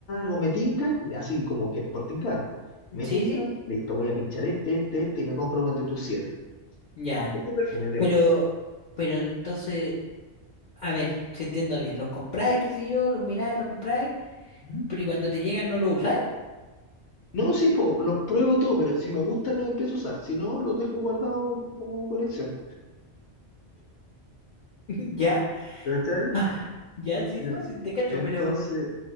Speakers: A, on the left; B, on the left.
A: o me tincan, así como que por tincada. Me
B: Sí,
A: tincan,
B: sí.
A: listo, voy a pinchar este, este, este y me compro entre tus siete.
B: Ya.
A: Este perfume es de
B: Pero,
A: una.
B: pero entonces, a ver, si entiendo bien, los compráis, qué sé yo, los miráis, los compráis,
A: ¿Mm?
B: pero ¿y cuando te llegan no los usáis?
A: No, sí, po, los pruebo todo, pero si me gustan los empiezo a usar, si no, los dejo guardados como colección.
B: <laughs> ¿Ya? <sighs>
A: ¿Cachai?
B: Ah, Ya, sí,
A: Eh,
B: no, sí, te cacho,
A: Entonces,
B: pero